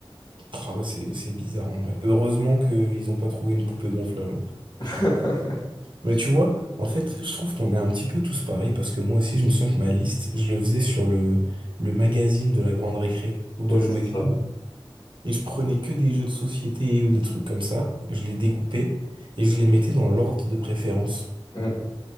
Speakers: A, on the right (about 60°); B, on the left (about 50°).
A: ah ouais, c'est, c'est bizarre, en vrai. Heureusement qu'ils ont pas trouvé une poupée gonflable. hein.
B: <laughs>
A: Mais tu vois, en fait, je trouve qu'on est un petit peu tous pareils parce que moi aussi, je me souviens que ma liste, je le faisais sur le, le magazine de la Grande Récré ou de
B: Ouais,
A: Jouets
B: c'est ça.
A: Club. Et je prenais que des jeux de société ou des trucs comme ça. Je les découpais et je les mettais dans l'ordre de préférence.
B: Mm.